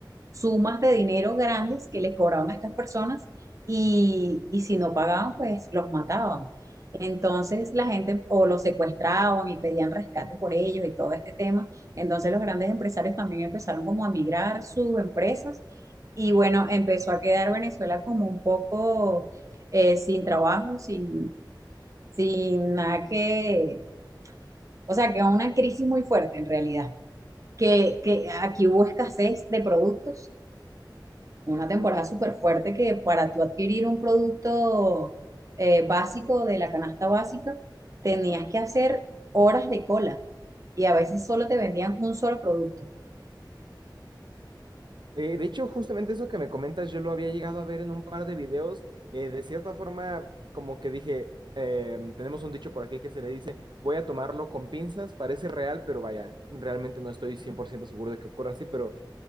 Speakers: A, on the right (about 40°); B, on the right (about 70°).
A: sumas de dinero grandes que les cobraban a estas personas y, y si no pagaban, pues los mataban. Entonces la gente o los secuestraban y pedían rescate por ellos y todo este tema. Entonces los grandes empresarios también empezaron como a migrar sus empresas y bueno, empezó a quedar Venezuela como un poco eh, sin trabajo, sin, sin nada que, o sea, que una crisis muy fuerte en realidad, que, que aquí hubo escasez de productos, una temporada súper fuerte que para tú adquirir un producto eh, básico de la canasta básica, tenías que hacer horas de cola y a veces solo te vendían un solo producto.
B: Eh, de hecho, justamente eso que me comentas, yo lo había llegado a ver en un par de videos. eh, de cierta forma, como que dije, em, tenemos un dicho por aquí que se le dice, voy a tomarlo con pinzas, parece real, pero vaya, realmente no estoy 100% seguro de que ocurra así, pero